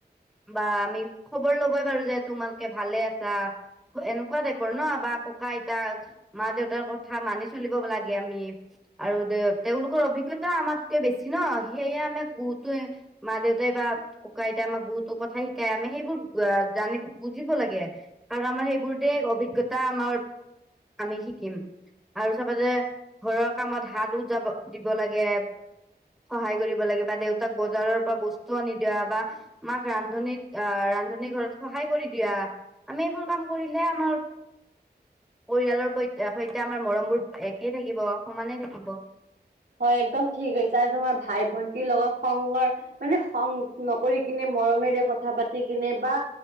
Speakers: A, in the centre; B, on the right.
A: বা, আমি খবৰ ল'বই পাৰো যে তোমালোকে ভালে আছা। এনেকুৱা টাইপৰ ন বা ককা আইতাক মা দেউতাৰ কথা মানি চলিব লাগে আমি। আৰু দে তেওঁলোকৰ অভিজ্ঞতা আমাতকৈ বেছি ন সেয়ে আমি। মা দেউতাই বা, কক আইতা আমাক বুতো কথা শিকাই আমি সেইবোৰ জানি বুজিব। ল কাৰণ আমাৰ সেইবোৰ অভিজ্ঞতা। টা আমাৰ আমি শিকিম আৰু চবতে। ঘৰৰ কামত হাত উ যাব দিব লাগে। সহায় কৰিব লাগে বা দেউতাক বজাৰৰ পৰা বস্তু। নিদিয়া বা মাক ৰান্ধনীত আহ ৰান্ধনী ঘৰত সহায় কৰি দিয়া। আমি এইবোৰ কাম কৰিলে আমাৰ পৰিয়ালৰ স। এয়া আমাৰ মৰম বোৰ একেই থাকিব সমানে থাকিব।
B: হয় একদম ঠিক কৈছা আৰু তোমাৰ ভাই ভন্টিৰ লগত সংগৰ মানে সং নকৰি কিনে মৰমেৰে কথা পাতি কিনে বা